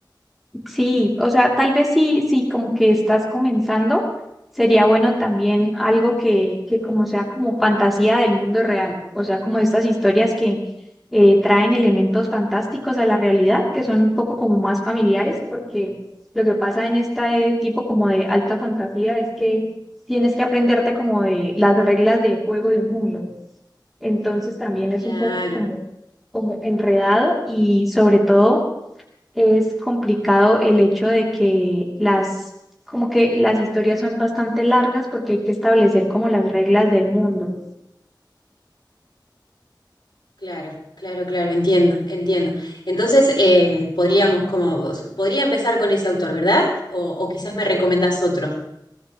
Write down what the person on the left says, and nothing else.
Claro,
claro, claro, claro, entiendo, entiendo. Entonces, eh, podríamos como, podría empezar con ese autor, ¿verdad? O, o quizás me recomendás otro.